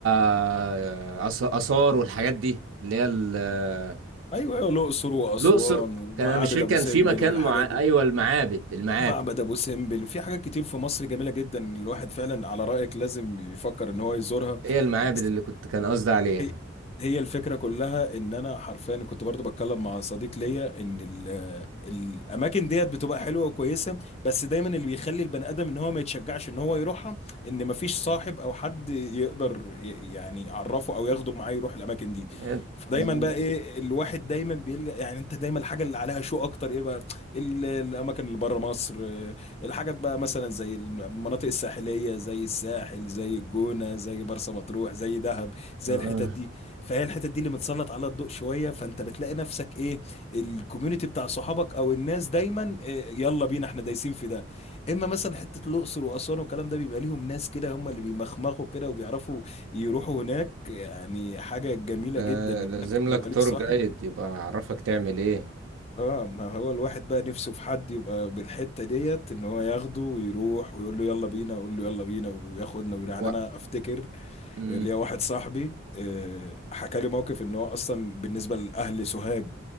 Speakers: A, on the right; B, on the left.
A: آه، آث- اثار والحاجات دي اللي هي ال-
B: أيوة أيوة الأقصر وأسوان
A: الاقصر
B: ومعابد
A: كان أنا مش فاكر
B: أبو
A: كان
B: سمبل
A: في مكان
B: والحاجات
A: مع
B: دي
A: ايوه المعابد المعابد
B: ومعبد أبو سمبل وفي حاجات كتير في مصر جميلة جدا الواحد فعلا على رأيك لازم يفكر إن هو يزورها
A: هي المعابد
B: بس
A: اللي كنت كان قصدي عليها
B: هي هي الفكرة كلها ان انا حرفيا كنت برضو بتكلم مع صديق ليا ان ال الاماكن ديت بتبقى حلوة وكويسة بس دايما اللي بيخلي البني ادم ان هو ما يتشجعش ان هو يروحها ان مفيش صاحب او حد يقدر ي- يعني يعرفه او ياخده معاه يروح الاماكن دي
A: إيه،
B: فدايما
A: عايزين-
B: بقى ايه الواحد دايما بيلجأ يعني انت دايما الحاجة اللي عليها شو اكتر ايه بقى ال- الاماكن اللي بره مصر آه، الحاجات بقى مثلا زي المناطق الساحلية زي الساحل زي الجونة زي مرسى مطروح زي دهب زي
A: اه
B: الحتت دي فهي الحتت دي اللي متسلط عليها الضوء شويه فانت بتلاقي نفسك ايه الكوميونتي بتاع صحابك او الناس دايما إيه يلا بينا احنا دايسين في ده اما مثلا حته الاقصر واسوان والكلام ده بيبقى ليهم ناس كده هم اللي بيمخمخوا كده وبيعرفوا يروحوا هناك يعني حاجه جميله
A: لا-
B: جدا انك
A: لازم
B: يبقى
A: لك تور
B: ليك صاحب
A: جايد يبقى يعرفك تعمل ايه
B: اه ما هو الواحد بقى نفسه في حد يبقى بالحته ديت ان هو ياخده ويروح ويقول له يلا بينا اقول له يلا بينا وياخدنا ويروح.
A: و...
B: يعني انا افتكر
A: مم.
B: آه، ليا واحد صاحبي آه، حكى لي موقف ان هو اصلا بالنسبه لاهل سوهاج